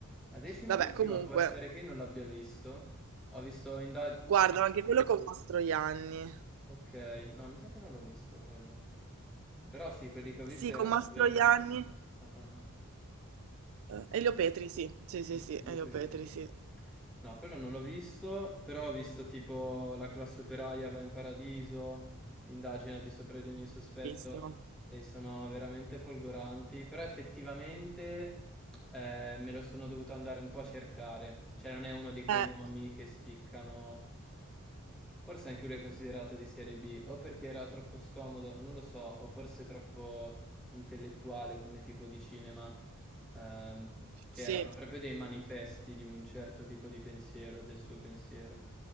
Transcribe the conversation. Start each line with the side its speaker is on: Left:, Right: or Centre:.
Centre: La decima
Right: Vabbè,
Centre: vittima
Right: comunque,
Centre: può essere che io non l'abbia visto. Ho visto inda
Right: guardano anche quello con Mastroianni.
Centre: okay, no mi sa che non l'ho visto quello. Però sì, quelli che ho visto
Right: Sì,
Centre: erano
Right: con Mastroianni.
Centre: vero ah, ah, ah.
Right: eh, Elio Petri, sì. Sì,
Centre: E
Right: sì,
Centre: li
Right: sì,
Centre: e
Right: Elio
Centre: li ho
Right: Petri, sì.
Centre: No, quello non l'ho visto, però ho visto tipo La classe operaia va in paradiso, Indagine al di sopra di ogni sospetto
Right: Bellissimo.
Centre: e sono veramente folgoranti, però effettivamente eh, me lo sono dovuto andare un po' a cercare, cioè non è uno di quei
Right: Eh,
Centre: nomi che spiccano, forse anche lui è considerato di serie B, o perché era troppo scomodo, non lo so, o forse troppo intellettuale come tipo di cinema. Ehm, c'erano
Right: sì.
Centre: proprio dei manifesti di un certo tipo di pensiero, del suo pensiero.